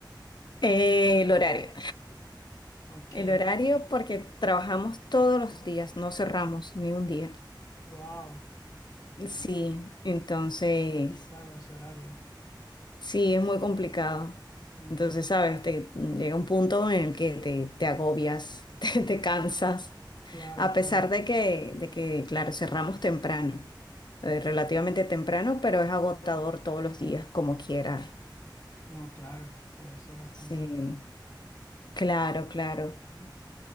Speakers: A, on the left; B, on the left.
A: Eh, el horario.
B: Ok.
A: El horario, porque trabajamos todos los días, no cerramos ni un día.
B: Wow.
A: Sí, entonces,
B: Qué complicado ese horario.
A: sí, es muy complicado.
B: Ujú.
A: Entonces, sabes, te, llega un punto en el que te, te agobias, <laughs> te, te cansas,
B: Claro,
A: a
B: claro.
A: pesar de que, de que, claro, cerramos temprano, eh, relativamente temprano, pero es agotador todos los días, como quiera.
B: No, claro, debe ser bastante
A: Sí,
B: alto,
A: claro, claro.
B: ¿no?